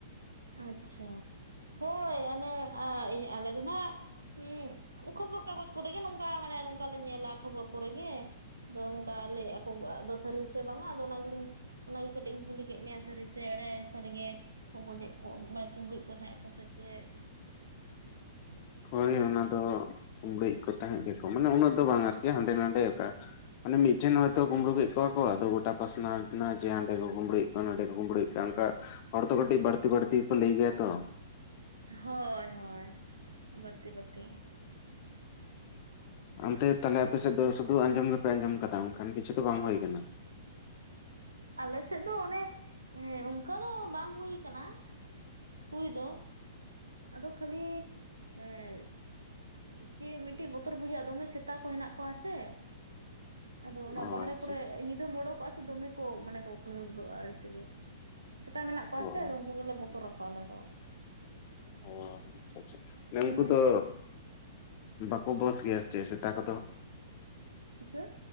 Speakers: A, on the right; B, on the left.
A: ᱟᱪᱪᱷᱟ ᱦᱳᱭ ᱚᱱᱮ ᱟᱞᱮ ᱫᱚᱱᱟᱜ ᱦᱩᱸ ᱠᱷᱚᱵᱚᱨ ᱠᱟᱜᱚᱡᱽ ᱠᱚᱨᱮ ᱜᱮ ᱱᱚᱝᱠᱟ ᱢᱟᱱᱮ ᱱᱚᱝᱠᱟ ᱞᱮ ᱧᱮᱞᱟ ᱠᱷᱚᱵᱚᱨ ᱠᱚᱨᱮ ᱜᱮᱼᱼ ᱟᱫᱚ ᱱᱚᱝᱼᱠᱟ ᱞᱟᱹᱭ ᱟᱠᱚ ᱟᱫᱚ ᱥᱟᱹᱨᱤ ᱥᱮ ᱵᱟᱝ ᱟ ᱟᱫᱚ ᱚᱱᱟ ᱜᱮᱞᱤᱧᱼᱼ ᱚᱱᱟᱜᱮ ᱠᱟᱹᱴᱤᱡ ᱤᱧ ᱠᱩᱞᱤ ᱠᱮᱫ ᱢᱮᱭᱟ ᱥᱟᱹᱨᱤ ᱥᱮ ᱮᱲᱮ ᱥᱟᱹᱨᱤᱜᱮ ᱜᱚᱡᱮᱫᱼᱼ ᱢᱮ ᱠᱩᱢᱲᱩᱭᱮᱫ ᱠᱚ ᱛᱟᱸᱦᱮᱜ ᱟᱠᱚ ᱥᱮ ᱪᱮᱫ
B: ᱦᱳᱭ ᱚᱱᱟ ᱫᱚ ᱠᱩᱢᱲᱩ ᱭᱮᱫ ᱠᱚ ᱛᱟᱸᱦᱮᱜ ᱜᱮᱠᱚ ᱢᱟᱱᱮ ᱩᱱᱟᱹᱜ ᱫᱚ ᱵᱟᱝ ᱟᱨᱠᱤ ᱦᱟᱸᱰᱮ ᱱᱟᱰᱮ, ᱢᱟᱱᱮ ᱢᱤᱫᱴᱮᱱ ᱦᱚᱭᱛᱳ ᱠᱩᱢᱲᱩ ᱠᱮᱫ ᱠᱚᱣᱟ ᱠᱚ ᱟᱫᱚ ᱜᱚᱴᱟ ᱯᱟᱥᱱᱟᱣ ᱦᱮᱡ ᱮᱱᱟ ᱡᱮ ᱦᱟᱸᱰᱮ ᱠᱚ ᱠᱩᱢᱲᱩ ᱭᱮᱫᱼᱼ ᱱᱟᱰᱮ ᱠᱚ ᱠᱩᱢᱲᱩ ᱭᱮᱫ ᱠᱚᱣᱟ ᱚᱱᱠᱟ ᱦᱚᱲ ᱫᱚ ᱠᱟᱹᱴᱤᱡ ᱵᱟᱹᱲᱛᱤ ᱵᱟᱹᱲᱛᱤ ᱜᱮᱠᱚ ᱞᱟᱹᱭ ᱜᱮᱭᱟ ᱛᱚ᱾
A: ᱦᱳᱭ ᱦᱳᱭ ᱵᱟᱹᱲᱛᱤ, ᱵᱟᱹᱲᱛᱤ
B: ᱚᱱᱛᱮ ᱛᱟᱦᱞᱮ ᱟᱯᱮᱥᱮᱫ ᱫᱚ ᱥᱩᱫᱷᱩ ᱟᱸᱡᱚᱢ ᱜᱮᱯᱮ ᱟᱸᱡᱚᱢ ᱟᱠᱟᱫᱟ ᱚᱱᱠᱟᱱ ᱠᱤᱪᱷᱩ ᱫᱚ ᱵᱟᱝ ᱦᱩᱭ ᱟᱠᱟᱱᱟ?
A: ᱟᱞᱮᱥᱮᱫ ᱫᱚ ᱚᱱᱮ ᱚᱱᱠᱟ ᱫᱚ ᱵᱟᱝ ᱦᱩᱭ ᱟᱠᱟᱱᱟ᱾ ᱦᱩᱭ ᱫᱚ, ᱟᱫᱚ ᱠᱷᱟᱹᱞᱤ ᱮᱸ ᱪᱮᱫ ᱢᱤᱫᱴᱤᱡ ᱵᱚᱛᱚᱨ ᱵᱩᱡᱷᱟᱹᱜᱼᱟ ᱫᱚᱢᱮ ᱥᱮᱛᱟ ᱠᱚ ᱦᱮᱱᱟᱜ ᱠᱚᱣᱟ ᱥᱮ, ᱟᱫᱚ ᱚᱱᱟ
B: ᱚ
A: ᱵᱟᱦᱨᱮ
B: ᱟᱪᱪᱷᱟ
A: ᱠᱚᱨᱮᱜ
B: ᱟᱪᱪᱷᱟ
A: ᱧᱤᱫᱟᱹᱢ ᱚᱰᱳᱠᱚᱜᱼᱟ ᱥᱮ ᱫᱚᱢᱮ ᱠᱚ ᱢᱟᱱᱮ ᱠᱚ ᱜᱷᱟᱹᱣ ᱜᱷᱟᱹᱣᱚᱜᱼᱟ ᱟᱹᱲᱤᱥ ᱜᱮ, ᱥᱮᱛᱟ ᱢᱮᱱᱟᱜ ᱠᱚᱣᱟ
B: ᱚ
A: ᱥᱮ ᱟᱫᱚ ᱩᱱᱠᱩ ᱜᱮᱞᱮ ᱵᱚᱛᱚᱨ ᱟᱠᱚᱣᱟ ᱟᱞᱮ ᱫᱚ,
B: ᱚ ᱟᱪᱪᱷᱟ ᱟᱪᱪᱷᱟ ᱢᱮ
A: ᱦᱩᱸ
B: ᱩᱱᱠᱩ ᱫᱚ
A: ᱢᱤᱫᱴᱤᱡ
B: ᱵᱟᱠᱚ ᱵᱚᱥ ᱜᱮᱭᱟ ᱥᱮ ᱪᱮᱫ ᱥᱮᱛᱟ ᱠᱚᱫᱚ?
A: ᱪᱤᱠᱟᱹ